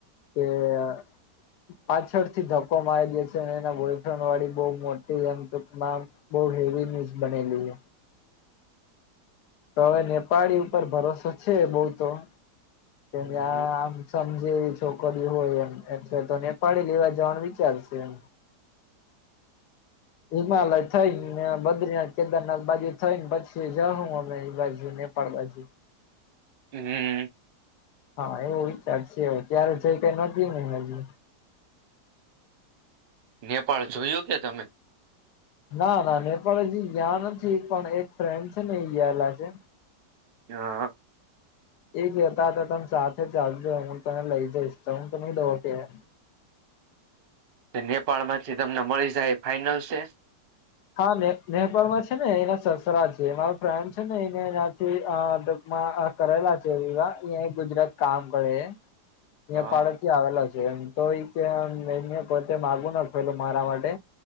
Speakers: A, on the left (about 75°); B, on the right (about 50°).
A: એ આ પાછળ થી ધક્કો મારી દે છે એના બોયફ્રેન્ડ વાળી બઉ મોટી એમ ટકમાં બહુ હેવી ન્યૂઝ બનેલી છે. તો હવે નેપાળી ઉપર ભરોસો છે બહું તો તેમ
B: હમ
A: આ આમ સમજે જ છોકરી હોય એમ એટલે તો નેપાળી લેવા જવાનું વિચારશે એમ હિમાલય થઈને બદ્રીનાથ કેદારનાથ બાજુ થઈ ને પછી જઉં અમે એ બાજુ ને એમ પણ હોય
B: હમ્મ.
A: હા એવો વિચાર છે ત્યારે જઈ કઈ નકી નહી હજુ
B: નેપાળ જોયું કે તમે
A: ના ના નેપાળ હજી ગયા નથી પણ એક ફ્રેન્ડ છે ને એ ગયેલા છે.
B: હા હા.
A: એક લેતા હતા તમ સાથે ચાલજો હું તને લઈ જઈશ તો હું તો નઈ દવ ક્યાંય
B: તે નેપાળ માંથી તમને મળી જાય ફાઈનલ છે.
A: હા ને નેપાળમાં છે ને એના સસરા છે મારો ફ્રેન્ડ છે ને એને એનાથી આ ગ્રુપમાં આ કરેલા છેં એવા અહીંયા ગુજરાત કામ કરે હે અહીંયા
B: હા
A: પાલનપુર થી આવેલા છે એમ તો કે એને પોતે માગું ના મારા માટે